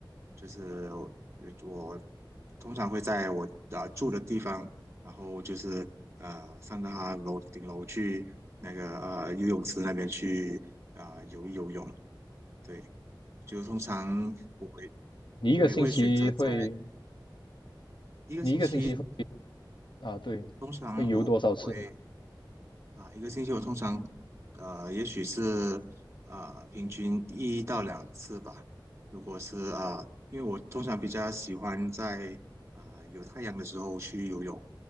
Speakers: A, on the right; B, on the left.
A: 就是我我通常会在我啊、呃住的地方，然后就是呃上到他楼顶楼去那个呃游泳池那边去。啊、游游泳，对，就通常我会
B: 你一个星期会，
A: 我也会选择在一个星期，
B: 你一个星期会啊，对，
A: 通常我会
B: 会游多少次呢？
A: 啊、一个星期我通常呃也许是啊，平均一到两次吧，如果是啊、呃因为我通常比较喜欢在啊、呃有太阳的时候去游泳，